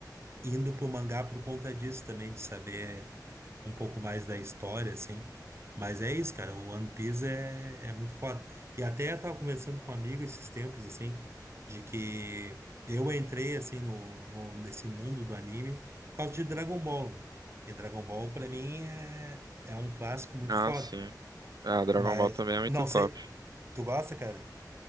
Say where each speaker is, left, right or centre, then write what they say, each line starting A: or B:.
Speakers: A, on the right; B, on the right.
A: indo pro mangá por conta disso também, de saber um pouco mais da história, assim. Mas é isso, cara, o One Piece é, é muito foda. E até eu tava conversando com um amigo esses tempos, assim, de que eu entrei, assim, no, no, nesse mundo do anime por causa de Dragon Ball, né? E Dragon Ball, pra mim, é, é um clássico muito
B: Ah,
A: foda.
B: sim. Ah, Dragon
A: Mas,
B: Ball também é muito
A: não
B: top.
A: sei, tu gosta, cara?